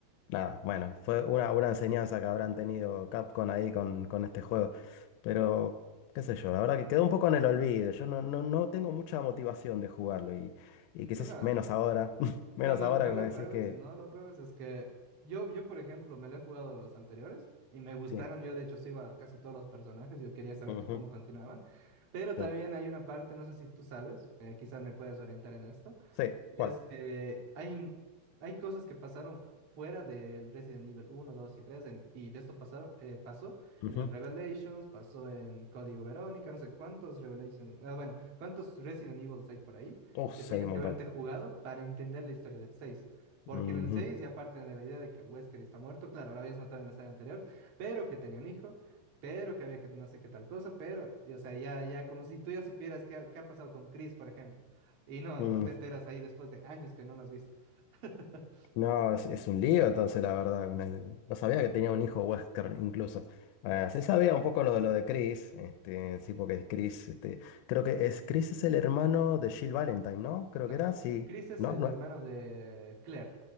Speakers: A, on the left; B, on the right.
A: Nada, bueno, fue una, una enseñanza que habrán tenido Capcom ahí con, con este juego. Pero, qué sé yo, la verdad que quedó un poco en el olvido. Yo no, no, no tengo mucha motivación de jugarlo y, y quizás
B: Y no,
A: menos ahora. <laughs> Menos
B: no, no,
A: ahora
B: no
A: que
B: la
A: me decís
B: pruebes,
A: que...
B: no lo pruebes, es que yo, yo por ejemplo, me lo he jugado los anteriores y me gustaron,
A: Sí.
B: yo de hecho sigo a casi todos los personajes, yo quería saber
A: ujú,
B: que cómo continuaban, pero también
A: sí.
B: hay una parte, no sé si tú sabes, eh, quizás me puedes orientar en esto
A: Sí, ¿cuál?
B: Es que hay, hay cosas que pasaron fuera del Resident Evil uno, dos y tres, en- y esto pasaron, eh, pasó
A: Ujú.
B: en el Revelations, pasó en Código Verónica, no sé cuántos Revelations, ah, bueno, cuántos Resident Evils hay por ahí
A: Uh,
B: que
A: sí,
B: tienes
A: hay un
B: que
A: montón.
B: haberte jugado para entender la historia del 6, Porque
A: Mm,
B: en el 6 ya aparte de la idea de que Wesker está muerto, claro, lo habías matado en la saga anterior, pero que tenía un hijo, pero que había que no sé qué tal cosa, pero, y, o sea, ya, ya, como si tú ya supieras qué, ha- qué ha pasado con Chris, por ejemplo. Y no,
A: ujú,
B: tú te enteras ahí después de años que no lo has visto. <laughs>
A: No, es, es un lío entonces, la verdad, con él. No sabía que tenía un hijo Wesker incluso. Ah, sí sabía un poco lo, lo de Chris, este, sí, porque Chris, este, creo que es, Chris es el hermano de Jill Valentine, ¿no? Creo
B: No,
A: que era, sí.
B: Chris es
A: ¿No?
B: el
A: ¿No?
B: hermano de Claire.